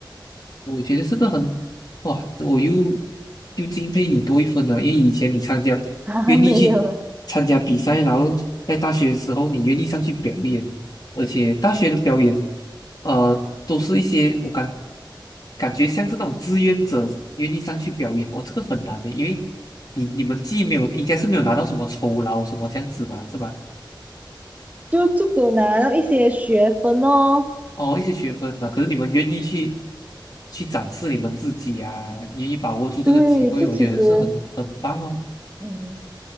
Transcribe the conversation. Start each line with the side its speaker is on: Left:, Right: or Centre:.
Left: 我觉得这个很，哇，我又又敬佩你多一分了，因为以前你参加，
Right: <laughs> 啊，
Left: 愿意去参加比赛，
Right: 没有，
Left: 然后在大学的时候你愿意上去表演，而且大学的表演，呃，都是一些我感感觉像是那种志愿者愿意上去表演，哦，这个很难的，因为你你们既没有应该是没有拿到什么酬劳什么这样子吧，是吧？
Right: 就就只有拿到一些学分哦。
Left: 哦，一些学分啊，可是你们愿意去去展示你们自己啊，愿意把握住这个机会，
Right: 对，就其实，
Left: 我觉得是很很棒哦。
Right: 嗯，